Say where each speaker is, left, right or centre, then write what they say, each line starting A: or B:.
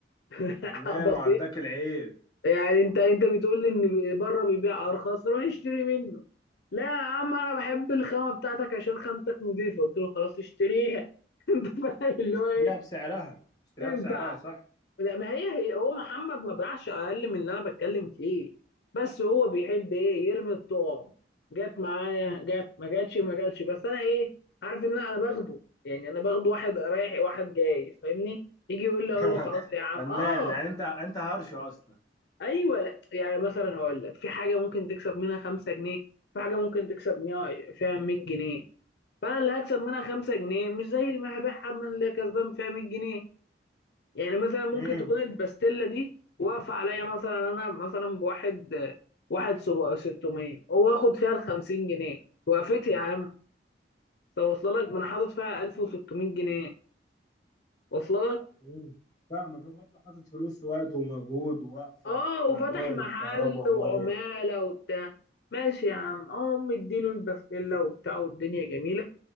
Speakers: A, on the left; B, on the left.
A: <laughs>
B: فنان
A: بسيط
B: وعداك العيب
A: يعني انت انت بتقول لي ان بره بيبيع ارخص روح اشتري منه لا يا عم انا بحب الخامه بتاعتك عشان خامتك نظيفه قلت له خلاص اشتريها <laughs> انت فاهم اللي
B: اشتريها
A: هو ايه
B: بسعرها اشتريها
A: انت
B: بسعرها
A: ع-
B: صح
A: لا ما هي هي هو محمد ما بيعش اقل من اللي انا بتكلم فيه بس هو بيحب ايه يرمي الطعم جت معايا جت ما جاتش ما جاتش بس انا ايه عارف ان انا انا باخده يعني انا باخده واحد رايح واحد جاي فاهمني يجي يقول لي
B: <laughs>
A: اقول له خلاص يا عم
B: فنان
A: اه
B: يعني انت انت هرش اصلا
A: ايوه لا يعني مثلا هقول لك في حاجه ممكن تكسب منها 5 جنيه في حاجه ممكن تكسب مية- فيها 100 جنيه فانا اللي هكسب منها 5 جنيه مش زي اللي هبيعها من اللي كسبان فيها 100 جنيه يعني مثلا ممكن
B: امم
A: تكون الباستيلا دي واقفه عليا مثلا انا مثلا بواحد واحد سب- 600 واخد فيها ال 50 جنيه وقفت يا عم ده واصله لك ما انا حاطط فيها 1600 جنيه واصله
B: امم فاهمك هو برضه حاطط فلوس ووقت ومجهود ووقفه
A: اه
B: وايجار
A: وفتح محل
B: وكهرباء وميه
A: وعمالة وبتاع ماشي يا عم اه مديله البسلة وبتاع والدنيا جميلة